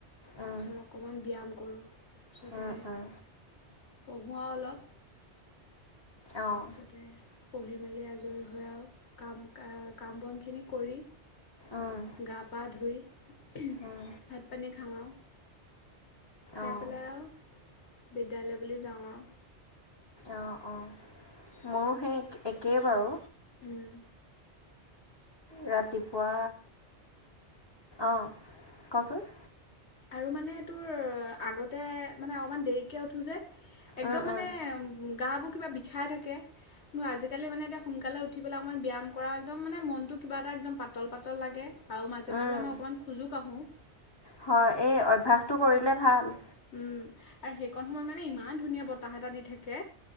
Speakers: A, on the left (about 75°); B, on the left (about 20°).
A: তাৰ
B: উম
A: পিছত অকমান ব্যায়াম উম তা পাছতে
B: উম উম
A: পঢ়ো আৰু অলপ
B: অঁ
A: তাৰপিছতে পঢ়ি মেলি আজৰি হৈ আৰু কাম কা কাম বনখিনি কৰি
B: উম
A: গা পা ধুই ভাত
B: উম
A: পানী খাওঁওঁ খাই
B: অঁ
A: পেলাই আৰু বিদ্যালয় বুলি যাওঁ অও
B: অঁ অঁ মোৰো সেই একেই বাৰু
A: উম
B: ৰাতিপুৱা অঁ কচোন
A: আৰু মানে তোৰ আগতে মানে অকমান দেৰিকে উঠো যে একদম
B: উম উম
A: মানে গা বু কিবা বিষাই থাকে কিন্তু আজিকালি মানে এতিয়া সোনকালে উঠি পেলাই অকণমান ব্যায়াম কৰা একদম মানে মনটো কিবা এটা একদম পাতল পাতল লাগে আৰু মাজে
B: উম
A: মাজে মই অকণমান খোজো কাঢ়ো
B: হয় এই অভ্যাসটো কৰিলে ভাল
A: উম, আৰু সেই কণ সময় মানে ইমান ধুনীয়া বতাহ এটা দি থাকে